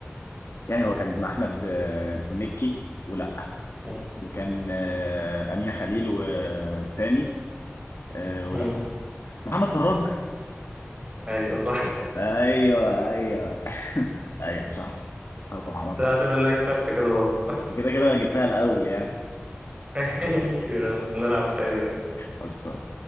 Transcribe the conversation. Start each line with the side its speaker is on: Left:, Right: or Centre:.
Left: يعني هو كان مع احمد آه، مكي ولا
Right: مم.
Left: وكان آه امينه خليل والتاني آه ولا
Right: امم
Left: محمد فراج
Right: ايوه صح
Left: ايوه ايوه ايوه صح هو محمد
Right: بس
Left: فراج
Right: أنا هعتبر انك كسبت كده برضه
Left: كده كده جبتها الاول يعني
Right: <laughs> ماشي خلاص نلعب تاني
Left: خلاص